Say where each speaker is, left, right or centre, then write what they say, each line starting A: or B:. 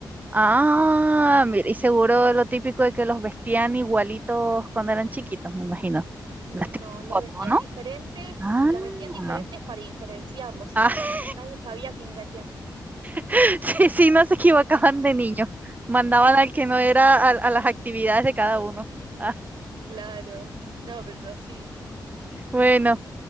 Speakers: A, on the right; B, on the right.
A: Ah, mira, y seguro lo típico de que los vestían igualitos cuando eran chiquitos, me imagino.
B: No,
A: Las típicas
B: los
A: fotos,
B: vestían
A: ¿no?
B: diferentes,
A: Ah,
B: los vestían diferentes para diferenciarlos, si
A: ah,
B: no, no- nadie sabía quién era quién.
A: <laughs> sí, sí, no se equivocaban de niño. Mandaban al que no era a, a las actividades
B: <laughs>
A: de cada
B: Ah,
A: uno. Ah,
B: claro, no, pero sí. mm,
A: bueno.